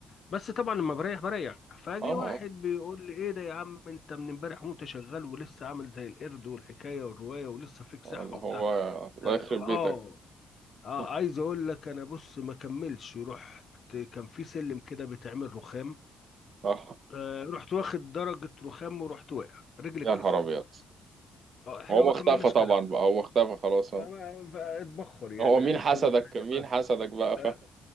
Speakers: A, on the left; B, on the right.
A: بس طبعا لما بريح بريح فاجي
B: اه
A: واحد بيقول لي ايه ده يا عم انت من امبارح وانت شغال ولسه عامل زي القرد والحكايه والروايه ولسه فيك صحه
B: اه اللي هو
A: وبتاع
B: الله يخرب
A: اه
B: بيتك
A: اه
B: <laughs>
A: عايز اقول لك انا بص ما كملش رحت كان في سلم كده بيتعمل رخام
B: اه
A: آه رحت واخد درجة رخام ورحت واقع رجلي
B: يا
A: اتكسرت
B: نهار ابيض
A: اه احنا
B: هو
A: ما
B: اختفى
A: كملناش
B: طبعا
A: كلام
B: بقى هو اختفى خلاص هو
A: فأنا بقى اتبخر يعني
B: هو مين
A: عايز
B: حسدك
A: اقول لك حاجة
B: مين
A: بقى
B: حسدك بقى
A: آه
B: فاهم